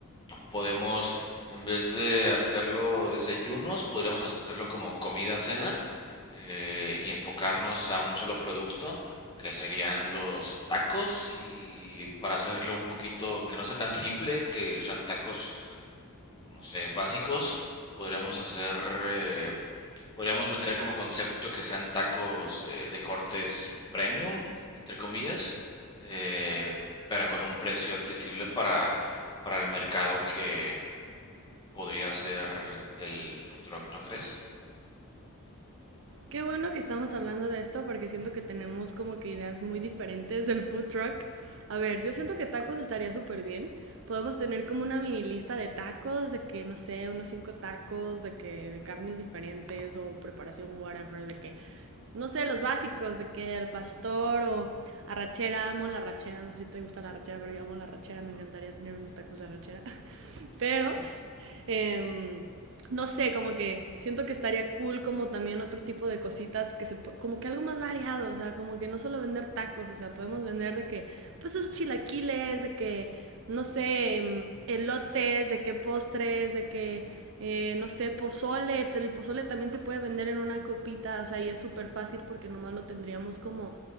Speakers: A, on the left; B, on the right.
A: podemos, en vez de hacerlo desayunos, podríamos hacerlo como comida, cena, eh, y enfocarnos a un solo producto, que serían los tacos. Y para hacerlo un poquito que no sea tan simple, que sean tacos no sé, básicos, podríamos hacer, eh, podríamos meter como concepto que sean tacos eh, de cortes premium, entre comillas, eh, pero con un precio accesible para, para el mercado que podría ser del food truck, ¿no crees?
B: Qué bueno que estamos hablando de esto porque siento que tenemos como que ideas muy diferentes del food truck. A ver, yo siento que tacos estaría súper bien. Podemos tener como una mini lista de tacos, de que, no sé, unos cinco tacos, de que de carnes diferentes o preparación, whatever, de que, no sé, los básicos, de que el pastor o arrachera, amo la arrachera, no sé si te gusta la arrachera, pero yo amo la arrachera, me encantaría tener unos tacos de arrachera. <laughs> Pero eh, no sé, como que siento que estaría cool como también otro tipo de cositas que se como que algo más variado, o sea, como que no solo vender tacos, o sea, podemos vender de que pues esos chilaquiles, de que no sé, em, elotes, de que postres, de que eh, no sé, pozole, el pozole también se puede vender en una copita, o sea, y es súper fácil porque nomás lo tendríamos como